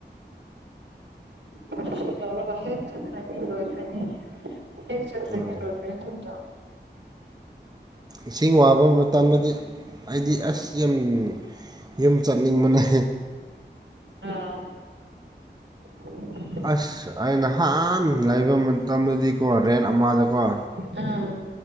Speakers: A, on the right (about 80°); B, on the right (about 20°).
A: ꯎ ꯁꯤ ꯍꯦ ꯆ꯭ꯔꯥꯅꯤ ꯂꯣꯏ ꯐꯅꯤ ꯍꯦꯛ ꯆꯠ꯭ꯔꯥꯅꯤ
B: ꯎꯝ
A: ꯂꯣꯏ ꯐꯅꯤ ꯊ
B: ꯏꯁꯤꯡ ꯋꯥꯕ ꯃꯇꯝꯗꯗꯤ ꯑꯩꯗꯤ ꯑꯁ ꯌꯥꯝ ꯌꯨꯝ ꯆꯠꯅꯤꯡꯕꯅꯦꯛ
A: ꯑꯥ ꯎ
B: ꯑꯁ ꯑ ꯅꯍꯥꯟ ꯂꯩꯕ ꯃꯇꯝꯗꯗꯤꯀꯣ ꯔꯦꯟ ꯑꯃꯗꯀꯣ
A: ꯑꯥ